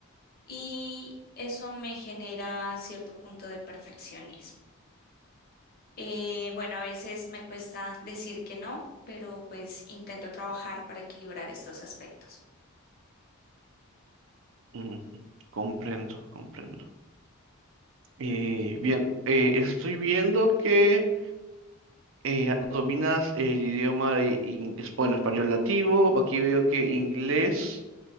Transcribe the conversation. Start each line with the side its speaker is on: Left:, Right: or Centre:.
Left: y eso me genera cierto punto de perfeccionismo. Eh, bueno, a veces me cuesta decir que no, pero pues intento trabajar para equilibrar estos aspectos.
Right: Mm, comprendo, comprendo. Eh, bien, eh, estoy viendo que eh, dominas el idioma de inglés, bueno, español nativo, aquí veo que inglés